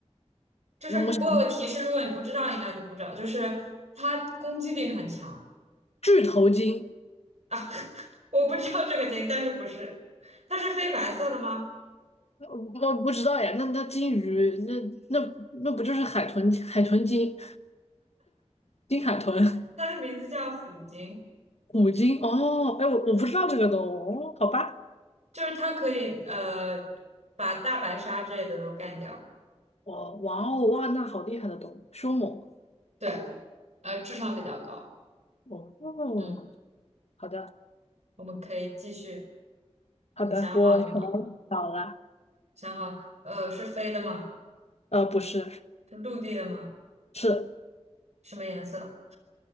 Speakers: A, on the right (about 85°); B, on the left (about 70°).
A: 就是我有个提示，
B: 我想
A: 如果你不知道，应该就不知道。就是它攻击力很强
B: 巨头鲸，
A: 啊，我不知道这个鲸，但是不是，它是黑白色的吗？
B: 我不知道呀。那那鲸鱼，那那那不就是海豚？海豚鲸，鲸海豚，
A: 它的名字叫虎鲸，
B: 虎鲸。哦，哎，我我不知道这个动物，哦，好吧。
A: 就是它可以呃把大白鲨之类的都干掉。
B: 哦，哇哦，哇，那好厉害的动物，凶猛。
A: 对，呃，智商比较高。
B: 哦，哦
A: 嗯，
B: 好的，
A: 我们可以继续。
B: 好的，
A: 你想好了吗？
B: 我想到了。
A: 想好，呃，是飞的吗？
B: 呃，不是，
A: 是陆地的吗？
B: 是
A: 什么颜色？